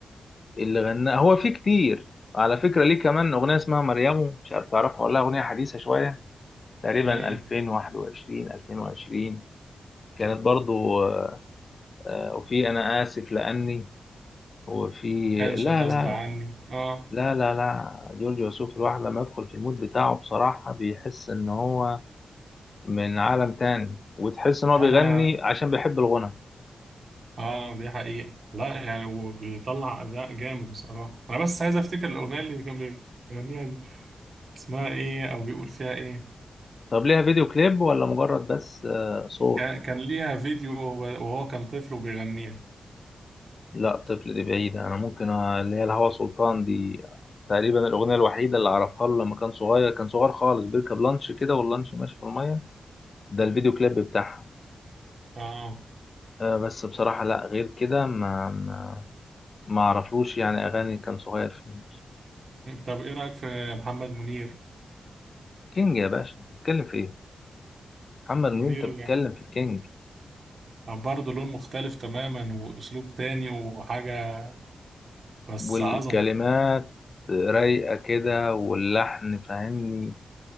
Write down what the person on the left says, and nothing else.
اللي غناه هو في كتير على فكرة ليه كمان أغنية اسمها مريم مش عارف تعرفها ولا لأ، أغنية حديثة شوية تقريبا
2021 2020 كانت برضو آه، وفي انا اسف لاني وفي
لا
لا
لا
لا لا لا جورج وسوف الواحد لما يدخل في المود بتاعه بصراحة بيحس ان هو من عالم تاني وتحس ان هو
بيغني عشان بيحب الغنى
طب ليها فيديو كليب ولا مجرد بس آه، صوت
لا طفل دي بعيدة انا ممكن آه، اللي هي الهوى سلطان دي تقريبا الأغنية الوحيدة اللي أعرفها له لما كان صغير كان صغير خالص بيركب لانش كده واللانش ماشي في المية ده الفيديو كليب بتاعها
آه، بس بصراحة لا غير كده ما, ما ما اعرفلوش يعني اغاني كان صغير فيها
كينج يا باشا انت بتتكلم في ايه محمد
نجوم انت بتتكلم في الكينج
والكلمات
رايقه كده واللحن فاهمني